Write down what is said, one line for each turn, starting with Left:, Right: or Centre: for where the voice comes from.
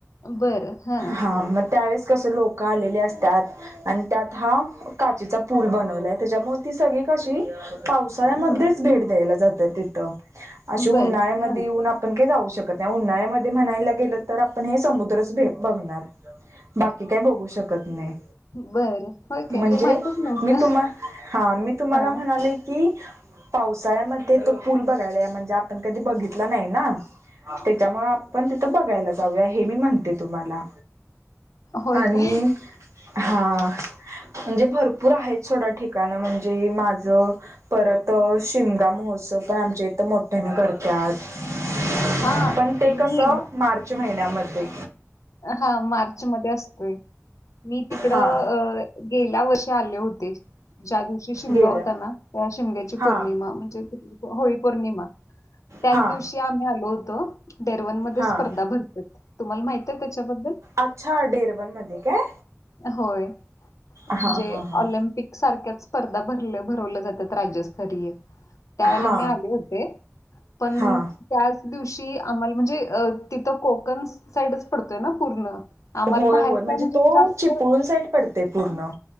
Left: बरं. हां.
Right: हा म त्यावेेळेस कस लोक आलेली असत्यात. आणि त्यात हा काचीचा पूल बनवलाय तेज्यामुळं ती सगळी कशी पावसाळ्यामध्येच
Left: हं.
Right: भेट द्यायला जातं तिथं, अशी उन्हाळ्यामध्ये
Left: बरं. हां.
Right: ऊन पण काही जाऊ शकत नाही, उन्हाळ्यामध्ये म्हणायला गेलं तर आपण हे समुद्रच भे बघणार. बाकी काय बघू शकत नाही.
Left: बरं. होय
Right: म्हणजे
Left: काय? हे माहीतच नव्हतं.
Right: मी तुम्हा हा मी तुम्हाला
Left: हां.
Right: म्हणाले की पावसाळ्यामध्ये तो पूल बघायला या, म्हणजे आपण कधी बघितला नाहीना. त्याच्यामुळ आप आपण तिथं बघायला जाऊया हे मी म्हणते तुम्हाला
Left: होय
Right: आणि
Left: काय?
Right: हा म्हणजे भरपूर आहेत सोडा ठिकाण म्हणजे माझं परत शिमगा महोत्सव पण आमच्या इथं मोठ्या न करता त्यात
Left: हां.
Right: पण ते
Left: मी
Right: कस मार्च महिन्यामध्ये.
Left: हा मार्च मध्ये असतोय. मी तिकडं
Right: हा
Left: अ गेल्या वर्षी आले होते ज्या दिवशी शिमगा
Right: गेल्या
Left: होता ना त्या शिमग्याची
Right: हा
Left: पौर्णिमा म्हणजे होळी पौर्णिमा त्याच
Right: हा
Left: दिवशी ते आम्ही आलो होतो डेरवन मध्ये
Right: हा
Left: स्पर्धा भरते तुम्हाला माहित आहे त्याच्याबद्दल?
Right: अच्छा डेरबनमध्ये काय?
Left: होय,
Right: हा
Left: म्हणजे
Right: हा हा
Left: ऑलिमपिक सारख्याच स्पर्धा भरल्या, भरवल्या जातात राज थरीय त्यावेेळेला
Right: हा
Left: मी आले होते पण
Right: हा
Left: त्याच दिवशी आम्हाला म्हणजे तिथं कोकण साईडच पडतोय न पूर्ण आम्हाला
Right: होय
Left: बाहेर
Right: होय
Left: का म्हणजे
Right: तो
Left: जास्त
Right: चिपळूण साईड पडते पूर्ण.